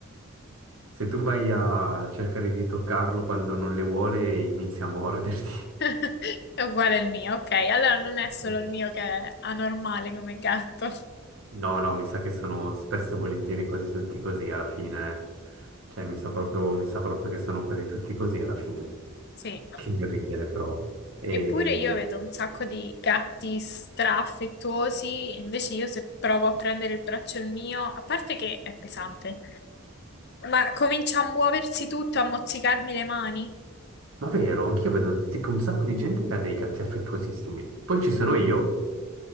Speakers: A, on the right; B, on the left.
A: se tu vai a cercare di toccarlo quando non le vuole, inizia a morderti.
B: <laughs> È uguale al mio, ok. Allora non è
A: <laughs>
B: solo il mio che è anormale come gatto. <laughs>
A: No, no, mi sa che sono spesso e volentieri quasi tutti così alla fine. eh. Cioè, mi sa proprio, mi sa proprio che sono quasi tutti così alla fine.
B: Sì.
A: Che ridere, però. E...
B: Eppure io vedo un sacco di gatti straaffettuosi, invece io se provo a prendere il braccio il mio, a parte che è pesante, ma comincia a muoversi tutto, a mozzicarmi le mani.
A: Ma vero, anch'io vedo tipo un sacco di gente che ha dei gatti affettuosissimi. Poi ci sono io